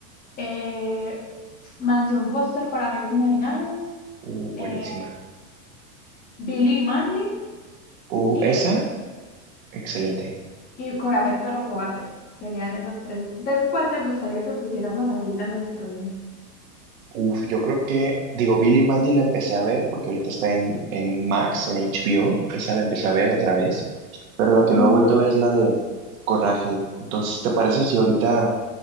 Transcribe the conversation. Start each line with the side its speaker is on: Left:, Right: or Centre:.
Left: eh, Mansión Foster para Amigos Imaginarios,
Right: Uh,
Left: eh,
Right: buenísima.
Left: Billy y Mandy
Right: Uh,
Left: y,
Right: esa, excelente.
Left: y Coraje el Perro Cobarde. Serían esas tres. Entonces, ¿cuál te gustaría que pusiéramos ahorita en nuestros
Right: Uf, yo creo que, digo, Billy Mandy la empecé a ver porque ahorita está en, en Max, en HBO, esa la empecé a ver otra vez, pero la que
Left: Mm,
Right: no he vuelto a ver es la de Coraje. Entonces, ¿te parece si ahorita